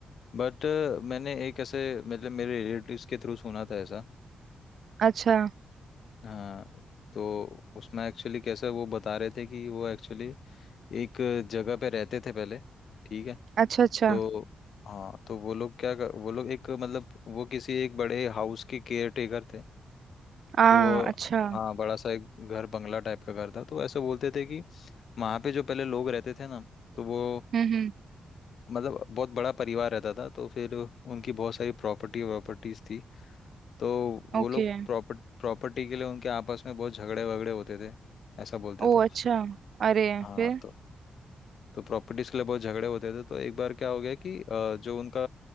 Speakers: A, on the left (about 70°); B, on the right (about 65°).
A: बट मैंने एक ऐसे मतलब मेरे रिलेटिव्स के थ्रू सुना था ऐसा
B: अच्छा
A: हाँ तो उसमें एक्चुअली कैसा वो बता रहे थे कि वो एक्चुअली एक जगह पे रहते थे पहले ठीक है
B: अच्छा अच्छा
A: तो हाँ तो वो लोग क्या कर, वो लोग एक मतलब वो किसी एक बड़े हाउस के केयर टेकर थे
B: आ
A: तो वो
B: अच्छा
A: हाँ बड़ा सा एक घर बंगला टाइप का घर था तो ऐसे बोलते थे कि वहाँ पे जो पहले लोग रहते थे ना तो वो
B: हम्म हम्म
A: मतलब बहुत बड़ा परिवार रहता था तो फिर उनकी बहुत सारी प्रॉपर्टी प्रॉपर्टीज थी तो वो
B: ओके
A: लोग प्रॉपर्ट प्रॉपर्टी के लिए उनके आपस में बहुत झगड़े वगड़े होते थे ऐसा बोलते
B: ओ
A: थे
B: अच्छा अरे
A: हाँ
B: फिर
A: तो तो प्रॉपर्टीज के लिए बहुत झगड़े होते थे तो एक बार क्या हो गया कि अ, जो उनका